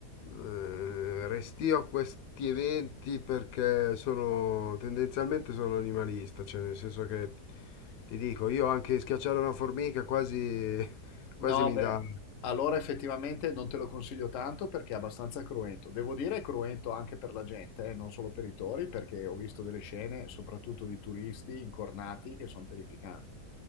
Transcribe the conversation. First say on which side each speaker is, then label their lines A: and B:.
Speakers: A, on the left (about 80°); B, on the left (about 65°).
A: eh, restio a questi eventi perché sono tendenzialmente sono animalista, cioè nel senso che ti dico, io anche schiacciare una formica quasi, quasi
B: No,
A: mi
B: Bello.
A: dà...
B: beh, allora effettivamente non te lo consiglio tanto perché è abbastanza cruento. Devo dire è cruento anche per la gente, eh, non solo per i tori, perché ho visto delle scene, soprattutto di turisti incornati, che sono terrificanti.